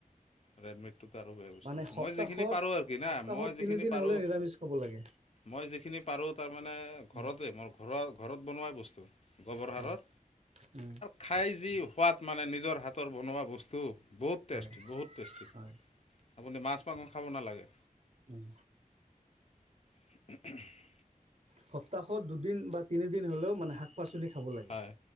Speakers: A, on the left; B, on the right.
A: ৰেডমিট সেইটো আৰু বেয়া বস্তু
B: মানে সপ্তাহত
A: মই যিখিনি পাৰোঁ আৰু কিনা
B: সপ্তাহত
A: মই যিখিনি
B: তিনিদিন
A: পাৰোঁ
B: হলে নিৰামিষ খাব লাগে
A: মই যিখিনি পাৰোঁ তাৰ মানে ঘৰতে
B: উম
A: মই ঘৰুৱা ঘৰত বনোৱাই বস্তু। গোবৰ
B: হয়
A: সাৰৰ।
B: উম
A: খাই যি সোৱাদ মানে নিজৰ হাতৰ বনোৱা বস্তু, বহুত
B: হয়
A: টেষ্টি, বহুত টেষ্টি,
B: হয়
A: আপুনি মাছ-মাংস খাব নালাগে।
B: উম।
A: <inaudible>
B: সপ্তাহত দুদিন বা তিনিদিন হ'লেও মানে শাক পাচলি খাব লাগ
A: হয়,